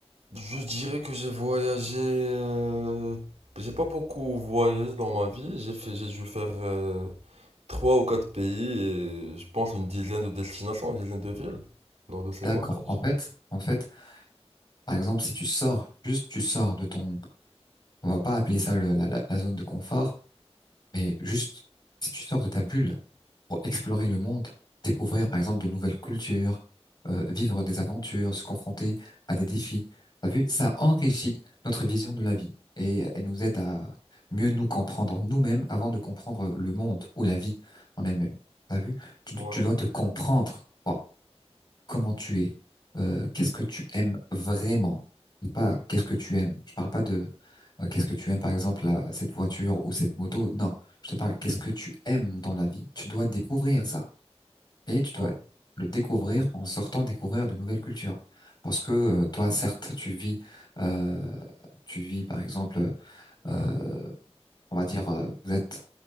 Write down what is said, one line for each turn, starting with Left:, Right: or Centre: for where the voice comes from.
Right: je dirais que j'ai voyagé. euh, J'ai pas beaucoup voyagé dans ma vie. J'ai fait, j'ai dû faire euh, trois ou quatre pays et je pense une dizaine de destinations, une dizaine de villes lors de ces
Left: D'accord.
Right: voyages.
Left: En fait, en fait, par exemple, si tu sors, juste tu sors de ton, on va pas appeler ça le- la, la, la zone de confort, Mais juste, si tu sors de ta bulle pour explorer le monde, découvrir par exemple de nouvelles cultures, euh, vivre des aventures, se confronter à des défis, t'as vu, ça enrichit notre vision de la vie et elle nous aide à mieux nous comprendre nous-mêmes avant de comprendre le monde ou la vie en elle-même. T'as vu, tu,
Right: Ouais,
Left: tu dois te comprendre. toi comment tu es, euh, qu'est-ce que tu aimes vraiment, pas qu'est-ce que tu aimes. Je parle pas de euh, qu'est-ce que tu aimes, par exemple, la- cette voiture ou cette moto. Non, je te parle qu'est-ce que tu aimes dans la vie. Tu dois découvrir ça et tu dois
Right: ouais.
Left: le découvrir en sortant découvrir de nouvelles cultures. Parce que euh, toi, certes, tu vis, euh, tu vis, par exemple, euh, on va dire, euh, vous êtes,